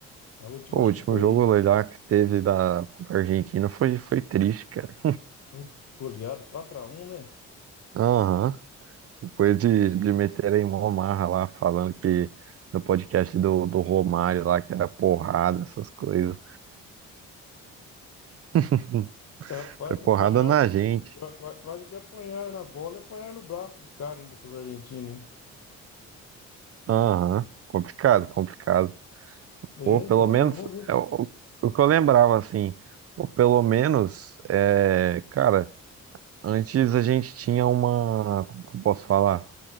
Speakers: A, on the left (about 60°); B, on the right (about 50°).
A: A última
B: Pô, o
A: acho
B: último
A: que foi,
B: jogo lá que teve da contra a Argentina foi, foi triste, cara.
A: foi goleada, quatro a um né?
B: Aham. Depois de, de meter em mó marra lá, falando que no podcast do, do Romário lá, que era porrada, essas coisas. <laughs>
A: Rapaz,
B: Foi porrada
A: apanhar,
B: na gente.
A: qua- qua- quase que apanhar na bola e apanhar no braço pros caras ainda, pros argentinos ainda.
B: Aham, Complicado, complicado.
A: É,
B: Pô, pelo
A: então,
B: menos,
A: vamos, vamos ver.
B: é o, o que eu lembrava, assim, ou pelo menos, é, cara, antes a gente tinha uma, como que eu posso falar?